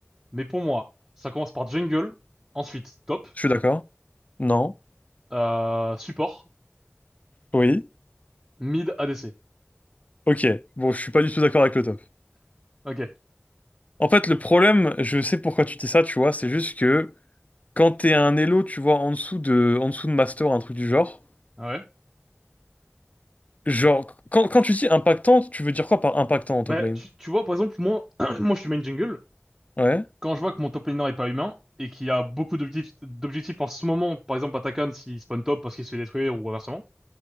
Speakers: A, on the right; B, on the left.
A: mais pour moi, ça commence par jungle, ensuite top,
B: Je suis d'accord? Non?
A: euh, support,
B: Oui?
A: mid, ADC.
B: Ok. Bon, je suis pas du tout d'accord avec le top.
A: Ok.
B: En fait, le problème, je sais pourquoi tu dis ça, tu vois, c'est juste que quand t'es un elo, tu vois, en dessous de, en dessous de master, un truc du genre,
A: Ouais.
B: genre, quand, quand tu dis impactant, tu veux dire quoi par impactant en
A: Bah,
B: top lane?
A: tu, tu vois, par exemple, moi, <clears throat> moi, je suis main jungle.
B: Ouais.
A: Quand je vois que mon top laner est pas humain et qu'il y a beaucoup d'objectifs d'objectifs en ce moment, par exemple, Atakan s'il spawn top parce qu'il se fait détruire ou inversement,